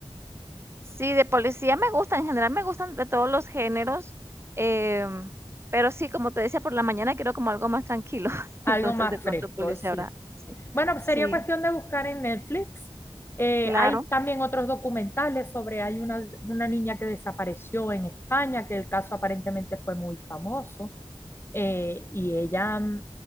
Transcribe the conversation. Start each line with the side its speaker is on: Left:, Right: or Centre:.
Right: Sí, de policía me gusta, en general me gustan de todos los géneros, em, pero sí, como te decía, por la mañana quiero como algo más tranquilo, <laughs>
Left: Algo
Right: entonces
Left: más
Right: de pronto
Left: fresco,
Right: policía
Left: sí.
Right: ahora, sí.
Left: Bueno,
Right: Sí,
Left: sería cuestión de buscar en Netflix. Eh,
Right: claro.
Left: hay también otros documentales sobre, hay una, una niña que desapareció en España, que el caso aparentemente fue muy famoso, eh, y ella, mm,